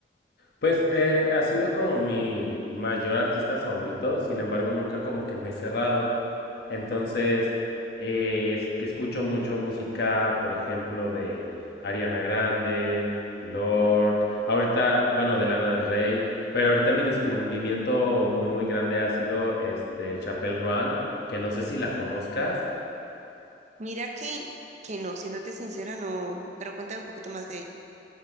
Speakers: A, on the left; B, on the right.
A: Pues eh, ha sido como mi mayor artista favorito, sin embargo nunca como que me he cerrado. Entonces, eh, es que escucho mucho música, por ejemplo, de Ariana Grande, Lord, ahorita, bueno, de Lana del Rey, pero ahorita mi descubrimiento muy, muy grande ha sido este Chapel Run, que no sé si la conozcas.
B: Mira que, que no, siéndote sincera, no, pero cuéntame un poquito más de ella.